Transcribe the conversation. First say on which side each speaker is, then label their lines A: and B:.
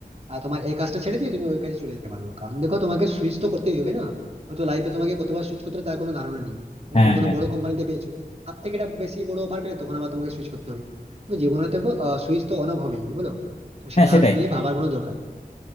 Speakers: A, on the right; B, on the left.
A: আহ, তোমার এই কাজটা ছেড়ে দিয়ে তুমি ওই কাজে চলে যেতে পারবে কারণ দেখো তোমাকে সুইচ তো করতেই হবে না হয়তো লাইফে তোমাকে কতবার সুইচ করতে হবে তার কোনো ধারণা নেই মানে
B: হ্যাঁ
A: তুমি কোনো
B: হ্যাঁ
A: বড় কোম্পানিতে পেয়েছো তার থেকে এটা বেশি বড় অফার পেলে তখন আবার তোমাকে সুইচ করতে হবে তো জীবনে দেখো সুইচ তো অন হবেই বলো তো
B: হ্যাঁ
A: সেটা
B: সেটাই
A: নিয়ে ভাবার কোনো দরকার নেই।